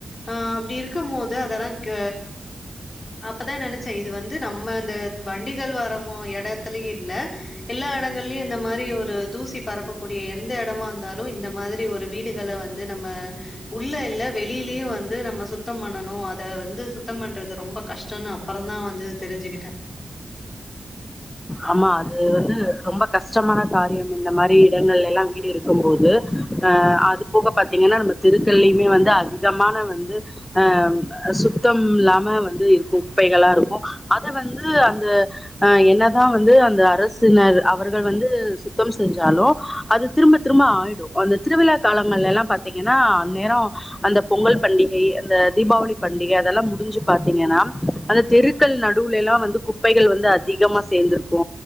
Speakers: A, on the left (about 50°); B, on the left (about 25°).
A: ஆ அப்டி இருக்குமோது அதெல்லா க அப்பதா நெனச்சே இது வந்து நம்ம இந்த வண்டிகள் வரமோ எடத்துலயு இல்ல எல்லா எடங்கள்லயு இந்த மாரி ஒரு தூசி பரப்பக்கூடிய எந்த எடமா இருந்தாலு இந்த மாதிரி ஒரு வீட் அம்மிக்கல்ல வந்து நம்ம உள்ள இல்ல வெளிலயு வந்து நம்ம சுத்தம் பண்ணணு அத வந்து சுத்தம் பண்றது ரொம்ப கஷ்டம்னு அப்புறதா வந்து தெரிஞ்சுக்கிட்டே
B: ஆமா அது வந்து ரொம்ப கஷ்டமான காரியம் இந்த மாரி இடங்கள்ல எல்லா வீடு எடுக்கும்போது அ அது போக பாத்தீங்கன்னா நம்ம தெருக்கள்ளயுமே வந்து அதிகமான வந்து அ சுத்தம் இல்லாம வந்து இருக்கு குப்பைகளா இருக்கு அத வந்து அந்த அ என்னதா வந்து அந்த அரசினர் அவர்கள் வந்து சுத்தம் செஞ்சாலு அது திரும்ப திரும்ப ஆயிடு அந்த திருவிழா காலங்கள்ல்லா பார்த்தீங்கன்னா அந் நேர அந்த பொங்கல் பண்டிகை அந்த தீபாவளி பண்டிகை அதெல்லா முடிஞ்சு பாத்தீங்கனா அந்த தெருக்கள் நடுவுல எல்லா வந்து குப்பைகள் வந்து அதிகமா சேர்ந்திருக்கு